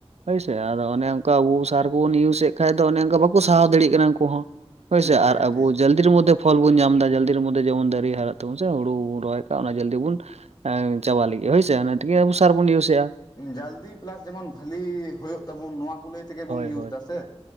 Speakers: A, on the right (about 80°); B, on the left (about 40°).
A: ᱦᱳᱭ ᱥᱮ ᱟᱫᱚ ᱚᱱᱮ ᱚᱱᱠᱟ ᱟᱵᱚ ᱥᱟᱨ ᱠᱚᱵᱚ ᱤᱭᱩᱡᱮᱫ ᱠᱷᱟᱱ ᱫᱚ ᱚᱱᱮ ᱚᱱᱠᱟ ᱵᱟᱠᱚ ᱥᱟᱦᱟᱣ ᱫᱟᱲᱮᱭᱟᱜ ᱠᱟᱱᱟ ᱩᱱᱠᱩ ᱦᱚᱸ᱾ ᱦᱳᱭ
B: ᱴᱷᱤᱠ
A: ᱥᱮ ᱟᱨ
B: ᱴᱷᱤᱠ
A: ᱟᱵᱚ
B: ᱴᱷᱤᱠ
A: ᱡᱟᱞ ᱡᱟᱞᱫᱤᱨ ᱢᱚᱫᱽᱫᱷᱮ ᱯᱷᱚᱞ ᱵᱚᱱ ᱧᱟᱢᱫᱟ ᱡᱚᱞᱫᱤ ᱢᱚᱫᱽᱫᱷᱮᱚᱱ ᱫᱟᱨᱮ ᱦᱟᱨᱟ ᱛᱟ ᱵᱚᱱ ᱥᱮ ᱦᱩᱨᱩ ᱵᱚᱱ ᱨᱚᱦᱚᱭᱟᱜ-ᱟ ᱚᱱᱟ ᱡᱚᱞᱫᱤ ᱵᱚᱱ ᱮᱸ ᱪᱟᱵᱟᱜ ᱞᱟᱹᱜᱤᱫ ᱦᱳᱭᱥᱮ ᱚᱱᱟ ᱛᱮᱜᱮ ᱟᱵᱚ ᱥᱟᱨ ᱵᱚᱱ ᱤᱭᱩᱡᱮᱫ-ᱟ᱾
B: ᱡᱚᱹᱞᱫᱤ ᱯᱮᱞᱟᱥ ᱡᱮᱢᱚᱱ ᱵᱷᱟᱞᱤ ᱦᱳᱭᱳᱜ ᱛᱟᱵᱩᱱ ᱱᱚᱣᱟ ᱠᱚ ᱞᱟᱹᱭ ᱛᱮᱜᱮ ᱵᱚᱱ
A: ᱦᱳᱭ
B: ᱤᱭᱩᱡᱽ
A: ᱦᱳᱭ
B: ᱫᱟ ᱥᱮ?